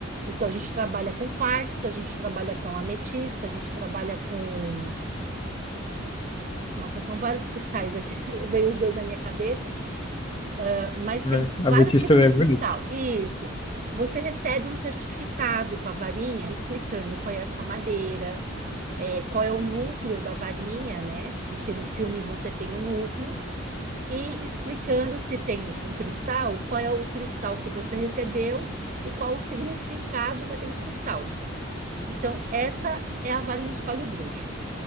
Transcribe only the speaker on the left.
Como
é que- A
ametista
é
bonita.